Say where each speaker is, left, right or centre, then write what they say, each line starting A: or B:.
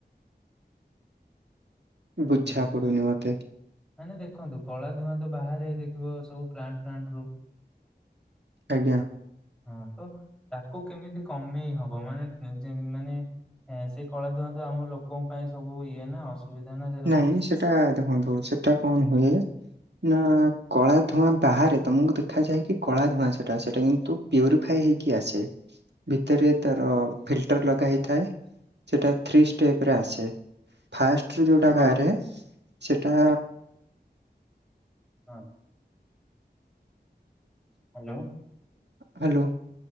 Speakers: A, on the right; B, in the centre.
A: ବୁଝା
B: ହ୍ୟାଲୋ
A: ପଡୁନି ମୋତେ।
B: ମାନେ ଦେଖନ୍ତୁ କଳା ଧୂଆଁ ତ ବାହାରେ ଦେଖିବ ସବୁ ପ୍ଲାଣ୍ଟ ଫ୍ଲାଣ୍ଟ ରୁ
A: ଆଜ୍ଞା।
B: ହଁ ତ ତାକୁ କେମିତି କମେଇ ହବ ମାନେ ନିଜେ ମାନେ ହଁ ସେଇ କଳା ଧୁଆଁ ତ ଆମ ଲୋକଙ୍କ ପାଇଁ ସବୁ ଇଏ ନା ଅସୁବିଧା ନା ସେଇଟା।
A: ନାଇଁ ସେଟା ଦେଖନ୍ତୁ ସେଟା କଣ ହୁଏ ନା କଳା ଧୂଆଁ ବାହାରେ ତମକୁ ଦେଖାଯାଏ କି କଳା ଧୂଆଁ ସେଟା ସେଇଟା କିନ୍ତୁ ପ୍ୟୁରିଫା ହେଇକି ଆସେ। ଭିତରେ ତାର ଫିଲଟର ଲଗା ହେଇଥାଏ। ସେଇଟା ଥ୍ରୀ ଷ୍ଟେପ ରେ ଆସେ। ଯୋଉଟା ବାହାରେ ସେଇଟା
B: ହଁ। Hello
A: hello.